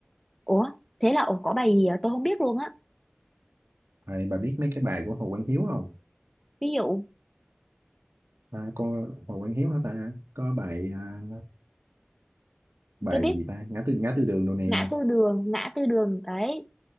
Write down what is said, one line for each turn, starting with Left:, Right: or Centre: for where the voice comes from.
Centre: ủa thế là ổng có bài gì à? tôi không biết luôn á
Right: À, bà biết mấy cái bài của Hồ Quang Hiếu không?
Centre: ví dụ
Right: À, con Hồ Quang Hiếu hả ta? Có bài à, bài
Centre: tôi biết
Right: gì ta? Ngã tư ngã tư đường đồ nè.
Centre: ngã tư đường ngã tư đường đấy